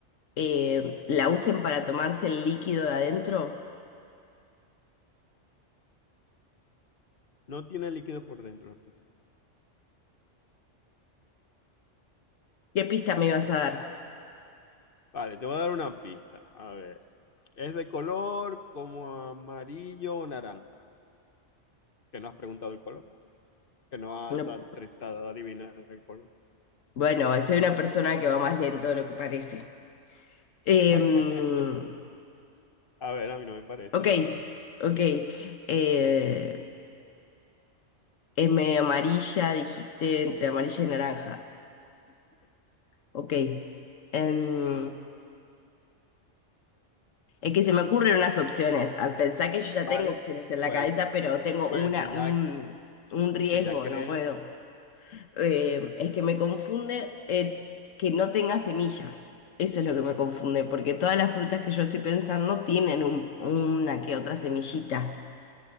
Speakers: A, on the left; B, on the left.
A: eh, la usen para tomarse el líquido de adentro.
B: No tiene líquido por dentro la fruta.
A: ¿Qué pista me ibas a dar?
B: Vale, te voy a dar una pista. A ver. Es de color como amarillo o naranja. Que no has preguntado el color. Que no
A: No-
B: has tratado de adivinar el color.
A: bueno, soy una persona que va más lento de lo que parece. Em,
B: <laughs> A ver, a mí no me parece,
A: ok,
B: vamos.
A: ok. Eh, es medio amarilla, dijiste entre amarilla y naranja. Ok. Em, Es
B: Sí,
A: que se me ocurren
B: no
A: unas
B: sé.
A: opciones. A pensar que yo ya
B: Vale,
A: tengo opciones en la
B: pues,
A: cabeza, pero tengo
B: pues
A: una,
B: si ya,
A: un, un riesgo,
B: si ya crees.
A: no puedo. Eh, es que me confunde eh, que no tenga semillas. Eso es lo que me confunde, porque todas las frutas que yo estoy pensando tienen un- una que otra semillita.